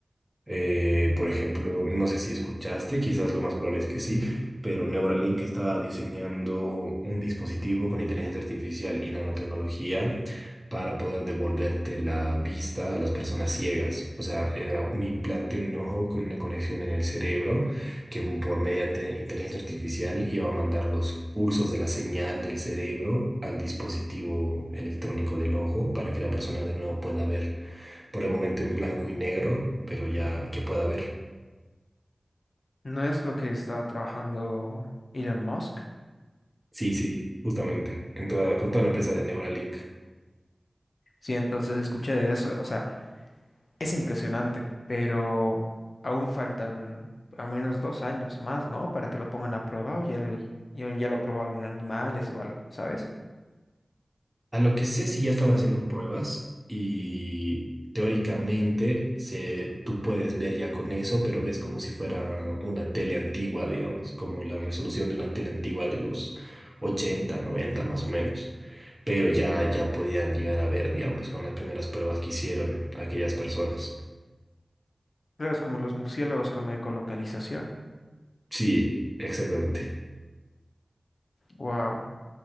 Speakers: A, on the right; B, on the left.
A: Eh, por ejemplo, no sé si escuchaste, quizás lo más probable es que sí, pero Neuralink estaba diseñando un dispositivo con inteligencia artificial y nanotecnología para poder devolverte la vista a las personas ciegas. O sea, era un implante, un ojo con una conexión en el cerebro que por mediante inteligencia artificial iba a mandar los pulsos de la señal del cerebro al dispositivo electrónico del ojo para que la persona de nuevo pueda ver, por el momento en blanco y negro, pero ya que pueda ver.
B: ¿No es lo que está trabajando Elon Musk?
A: Sí, sí, justamente, entrada con toda la empresa de Neuralink.
B: Sí, entonces escuché de eso, o sea, es impresionante, pero aún faltan al menos dos años más, ¿no? Para que lo pongan a prueba o ya lo, ya, ya lo probaron en animales o algo, ¿sabes?
A: A lo que sé, si ya estaban haciendo pruebas y teóricamente se, tú puedes ver ya con eso, pero ves como si fuera una tele antigua, digamos, como la resolución de una tele antigua de los 80 90 más o menos. Pero ya, ya podían llegar a ver, digamos, con las primeras pruebas que hicieron aquellas personas.
B: Claro, es como los murciélagos con la ecolocalización.
A: Sí, exactamente.
B: Wow.